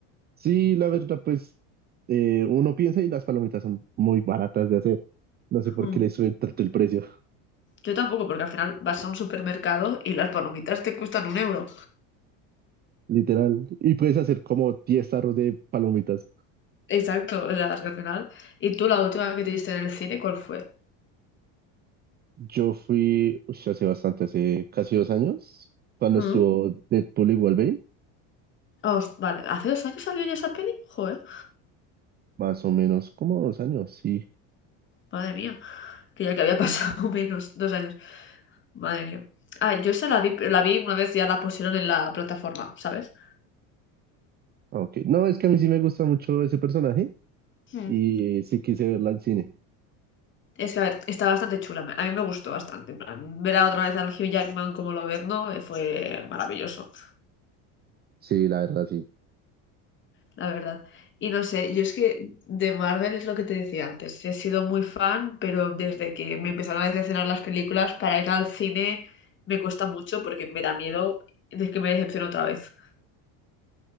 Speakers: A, on the right (about 25°); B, on the left (about 30°).
A: Sí, la verdad, pues eh, uno piensa y las palomitas son muy baratas de hacer. No sé por
B: Mm.
A: qué le suben tanto el precio,
B: Yo tampoco, porque al final vas a un supermercado y las palomitas te cuestan un euro.
A: <laughs> literal. Y puedes hacer como 10 tarros de palomitas.
B: Exacto, o sea, es que al final. ¿Y tú la última que te diste en el cine, cuál fue?
A: Yo fui, ush, hace bastante, hace casi dos años, cuando
B: Mm.
A: estuvo Deadpool y Wolverine.
B: Os- vale, ¿hace dos años salió ya esa peli? Joder,
A: Más o menos como dos años, sí.
B: madre mía, que ya que había pasado <laughs> menos, dos años. Madre mía. Ah, yo esa la vi, la vi una vez ya la pusieron en la plataforma, ¿sabes?
A: Ah, Ok. No, es que a mí sí me gusta mucho ese personaje
B: Mm.
A: y eh, sí quise verla al cine.
B: Es que, a ver, está bastante chula. A mí me gustó bastante. en plan, ver a otra vez al Hugh Jackman como lo ves, ¿no? Eh, Fue maravilloso.
A: Sí, la verdad, sí.
B: la verdad. Y no sé, yo es que de Marvel es lo que te decía antes. He sido muy fan, pero desde que me empezaron a decepcionar las películas, para ir al cine me cuesta mucho porque me da miedo de que me decepcione otra vez.